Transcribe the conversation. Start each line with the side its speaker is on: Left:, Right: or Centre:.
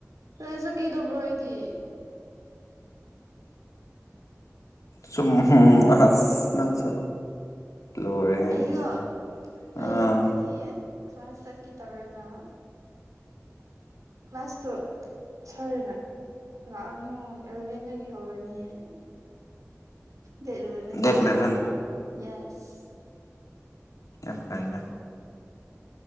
Right: ꯀꯗꯥꯥꯏ ꯆꯠꯀꯦ ꯇꯧꯕ꯭ꯔꯣ ꯑꯩꯗꯤ
Left: ꯁꯨꯝ ꯑꯁ ꯅꯪꯁꯨ ꯂꯣꯏꯔꯦ
Right: ꯑꯩꯗꯣ
Left: ꯍꯥꯏꯁꯤꯅꯦ ꯑꯥ
Right: ꯍꯌꯦꯡꯗꯒꯤ ꯀ꯭ꯂꯥꯁ ꯆꯠꯀꯦ ꯇꯧꯔꯒ ꯀ꯭ꯂꯥꯁꯇꯣ ꯁꯔꯅ ꯂꯥꯛꯑꯅꯨ ꯑꯦꯂꯚꯦꯟꯗꯒꯤ ꯍꯧꯔꯅꯤ ꯍꯥꯏ that eleven
Left: that eleven
Right: yes
Left: ꯌꯥꯝ ꯐꯩꯅ